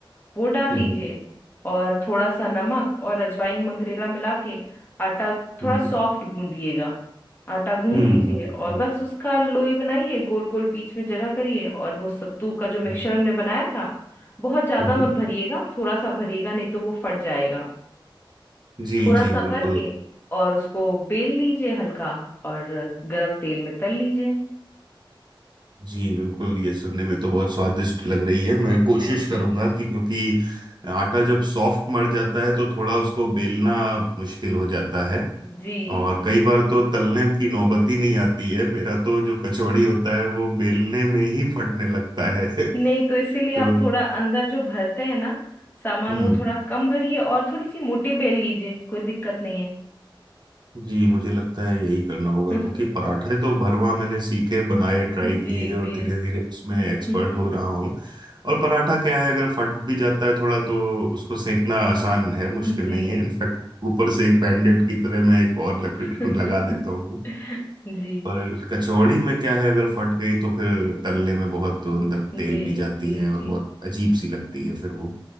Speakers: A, on the left; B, on the right.
A: वो डाल
B: हम्म
A: लीजिए और थोड़ा सा नमक और अजवाइन मंगरेला मिला के आटा थोड़ा
B: हम्म
A: सॉफ्ट गूंदिएगा आटा गूंद
B: हम्म
A: लीजिए
B: हम्म
A: और
B: हम्म, हम्म,
A: बस उसका लोई बनाइए गोल गोल बीच में जगह करिए और वो सत्तू का जो मिक्सचर
B: हम्म।
A: हमने बनाया था बहुत ज्यादा
B: हम्म, हम्म।
A: मत भरिएगा थोड़ा सा भरिएगा नहीं तो वो फट जाएगा
B: जी
A: थोड़ा
B: जी
A: सा
B: बिल्कुल
A: भर के और उसको बेल लीजिए हल्का और गरम तेल में तल लीजिए
B: जी बिल्कुल ये सुनने में तो बहुत स्वादिष्ट लग रही है मैं कोशिश
A: जी जी
B: करूंगा कि क्योंकि आटा जब सॉफ्ट मर जाता है तो थोड़ा उसको बेलना मुश्किल हो जाता है
A: जी
B: और
A: जी
B: कई बार तो तलने की नौबत ही नहीं आती है मेरा तो जो कचौड़ी होता है वो बेलने में
A: <laughs>
B: ही फटने लगता है <laughs>
A: नहीं तो इसीलिए
B: तो
A: आप थोड़ा अंदर जो भरते हैं ना सामान
B: हम्म
A: वो थोड़ा कम भरिए और थोड़ी सी मोटी बेल लीजिए कोई दिक्कत नहीं है
B: जी मुझे लगता है यही करना होगा
A: <laughs>
B: क्योंकि पराठे तो भरवा मैंने सीखे बनाए ट्राई
A: जी
B: किए और
A: जी
B: धीरे धीरे उसमें एक्सपर्ट
A: <laughs>
B: हो रहा हूँ और पराठा क्या है अगर फट भी जाता है थोड़ा तो उसको सेकना आसान है मुश्किल
A: जी
B: नहीं है इनफैक्ट ऊपर से एक बैंडेड की तरह मैं एक और लकड़ी
A: <laughs>
B: <laughs> लगा देता हूँ
A: जी
B: पर कचौड़ी में क्या है अगर फट गई तो फिर तलने में बहुत अंदर
A: जी
B: तेल पी जाती
A: जी
B: है और
A: जी
B: बहुत अजीब सी लगती है फिर वो